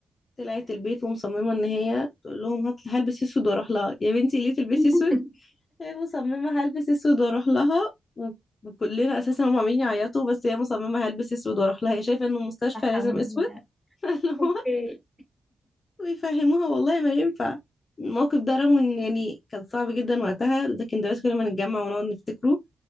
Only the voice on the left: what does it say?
طلعت البيت ومصممه ان هي تقول لهم هات هلبس اسود واروح لها يا بنتي ليه تلبسي
اسود هي مصممه هلبس اسود واروح لها و- وكلنا اساسا هم عاملين يعيطوا بس هي مصممه هلبس اسود واروح لها هي شايفه ان المستشفى
لازم
اسود
<laughs>
ويفهموها والله ما ينفع الموقف ده رغم ان يعني كان صعب جدا وقتها لكن دلوقتي كل ما نتجمع ونقعد نفتكره